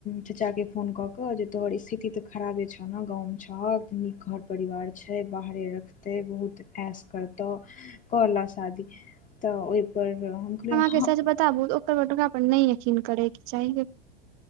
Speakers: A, on the left (about 25°); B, on the right (about 55°).
A: चाचा केँ फोन कऽ कऽ जे तोहर स्थिति तऽ खराबे छ नऽ गाँवमे छहक तऽ नीक घर परिवार छै बाहरे रखतै बहुत ऐश करतोऽ कऽ लऽ शादी तऽ ओहिपर हम कहलियै
B: हमाँके
A: हँ
B: सच बताबु ओकर <unintelligible> पर नहि यकिन करेके चाही